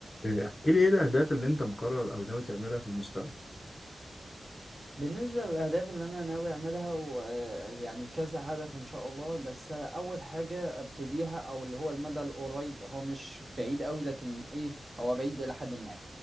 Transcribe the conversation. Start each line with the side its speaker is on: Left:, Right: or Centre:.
Left: إيه، احكي لي ايه الاهداف اللي انت مقرر او ناوي تعملها في المستقبل
Right: بالنسبة للأهداف اللي أنا ناوي أعملها ويعني كذا هدف إن شاء الله بس أول حاجة أبتديها أو اللي هو المدى القريب هو مش بعيد أوي لكن إيه هو بعيد إلى حد ما